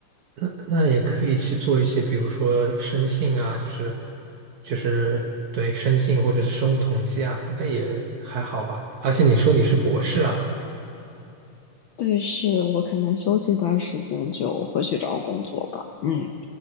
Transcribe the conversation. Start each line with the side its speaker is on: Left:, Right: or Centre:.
Right: 那那也可以去做一些，比如说生信啊，就是就是对生信或者是生物统计啊，应该也还好吧。而且你说你是博士啊，
Left: 对，是我可能休息一段时间就会去找工作吧。嗯，